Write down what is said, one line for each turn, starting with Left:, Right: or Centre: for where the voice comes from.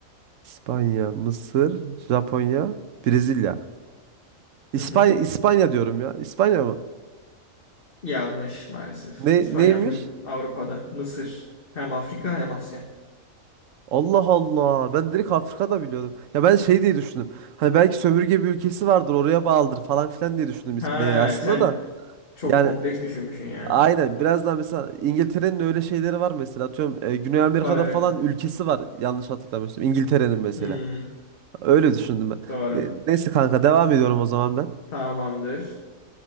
Right: İspanya, Mısır, Japonya, Brezilya. İspanya
Left: Hı hı.
Right: İspanya diyorum ya. İspanya mı?
Left: Yanlış maalesef.
Right: Ne
Left: İspanya
Right: neymiş?
Left: full Avrupa'da. Mısır hem Afrika hem Asya.
Right: Allah Allah. Ben direkt Afrika'da biliyordum. Ya ben şey diye düşündüm. Hani belki sömürge bir ülkesi vardır, oraya bağlıdır falan filan diye düşündüm İspanya'yı
Left: Ha
Right: aslında
Left: sen
Right: da.
Left: çok
Right: Yani
Left: kompleks düşünmüşsün ya.
Right: Aynen biraz daha mesela İngiltere'nin öyle şeyleri var mesela atıyorum e, Güney Amerika'da
Left: Var evet.
Right: falan ülkesi var yanlış hatırlamıyorsam İngiltere'nin mesela
Left: Hmm,
Right: öyle düşündüm ben.
Left: doğru.
Right: Ne- neyse kanka devam ediyorum o zaman ben.
Left: Tamamdır.